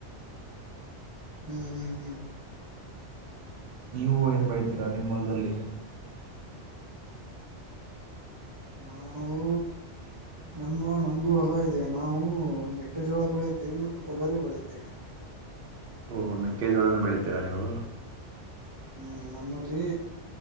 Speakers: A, on the right; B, on the right.
A: ಹ್ಮ್ ಹ್ಮ್ ಹ್ಮ್
B: ನೀವು ಏನ್ ಬೆಳತೀರಾ ನಿಮ್ಮಲ್ದಲ್ಲಿ
A: ನಾವು ನಮ್ಮ ನಮ್ದು ಹೊಲ ಇದೆ ನಾವು ಮೆಕ್ಕೆಜೋಳ ಬೆಳತೇವಿ ಮತ್ತು ತೊಗರಿ ಬೆಳತೇವೆ
B: ಓಹೋ ಮೆಕ್ಕೆಜೋಳನ ಬೆಳೀತೀರಾ ನೀವು
A: ಹ್ಮ್ ನಮ್ಮಲ್ಲಿ